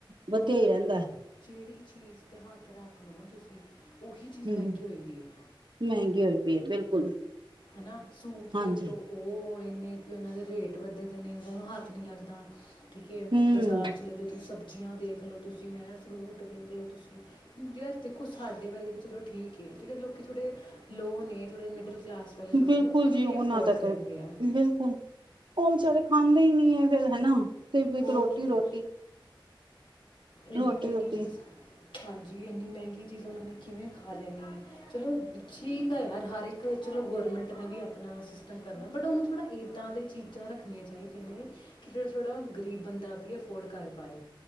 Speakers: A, on the right; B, on the left.
A: ਵਧੀਆ
B: ਹਾਂ ਮਤਲਬ
A: ਹੀ ਰਹਿੰਦਾ।
B: ਜਿਹੜੀ ਚੀਜ਼ 'ਤੇ ਹੱਥ ਰੱਖ ਲਉ ਨਾ ਤੁਸੀਂ, ਉਹੀ ਚੀਜ਼
A: ਹੂੰ,
B: ਮਹਿੰਗੀ ਹੋਈ ਦੀ ਹੈ
A: ਮਹਿੰਗੀ ਹੋਈ ਪਏ ਹੈ ਬਿਲਕੁਲ।
B: ਹਨਾ ਸੂਟ
A: ਹਾਂਜੀ
B: ਦੇਖਲਓ ਉਹ ਕਹਨੇ ਕਿ ਉਹਨਾਂ ਦੇ ਰੇਟ ਵੱਧੇ ਦੇ ਨੇ ਉਹ ਨੂੰ ਹੱਥ ਨਹੀਂ ਲੱਗਦਾ। ਠੀਕ ਹੈ
A: ਹਮ
B: ਬਜ਼ਾਰ ਚਲੇ ਜਾਉ ਤੁਸੀਂ ਸਬਜ਼ੀ ਸਬਜ਼ੀਆਂ ਦੇਖ ਲਓ, ਤੁਸੀਂ ਹੈਂ ਫਰੂਟ ਦੇਖ ਲਓ ਤੁਸੀਂ ਯਾਰ ਦੇਖੋ ਸਾਡੇ ਬਾਰੇ ਤਾਂ ਚਲੋ ਠੀਕ ਹੈ, ਜਿਹੜੇ ਲੋਕ ਥੋੜੇ ਲੋਅ ਨੇ ਥੋੜੇ ਮਿਡਲ ਕਲਾਸ ਵਾਲੇ ਲੋਕ
A: ਬਿਲਕੁਲ
B: ਨੇ ਉਹ ਕਿਵੇਂ
A: ਜੀ ਉਹਨਾਂ
B: ਅਫੋਰਡ
A: ਦਾ
B: ਕਰਨਗੇ
A: ਬਿਲਕੁਲ
B: ਯਾਰ
A: ਉਹ ਵਿਚਾਰੇ ਖਾਂਦੇ ਹੀ ਨੀ ਹੈ ਫੇਰ ਹਨਾ। ਸਿਰਫ ਇੱਕ
B: ਹੋਰ
A: ਰੋਟੀ
B: ਕੀ
A: ਰੋਟੀ
B: ਇੰਨੀ
A: ਰੋਟੀ
B: ਮਹਿੰਗੀ
A: ਰੋਟੀ
B: ਚੀਜ਼ ਹਾਂਜੀ, ਇੰਨੀ ਮਹਿੰਗੀ ਚੀਜ਼ ਉਹਨਾਂ ਨੇ ਕਿਵੇਂ ਖਾ ਲੈਂਨੀ ਐ। ਚਲੋ ਠੀਕ ਆ ਯ ਹਰ ਇੱਕ ਚਲੋ ਗੌਰਮੈਂਟ ਨੇ ਵੀ ਆਪਣਾ ਸਿਸਟਮ ਕਰਨਾ ਬਟ ਉਹਨੂੰ ਥੋੜ੍ਹਾ ਇੱਦਾਂ ਦੀਆਂ ਚੀਜ਼ਾਂ ਰੱਖਣੀਆਂ ਚਾਹੀਦੀਆਂ ਨੇ ਕਿ ਜਿਹੜਾ ਥੋੜ੍ਹਾ ਗਰੀਬ ਬੰਦਾ ਵੀ ਅਫੋਰਡ ਕਰ ਪਾਏ।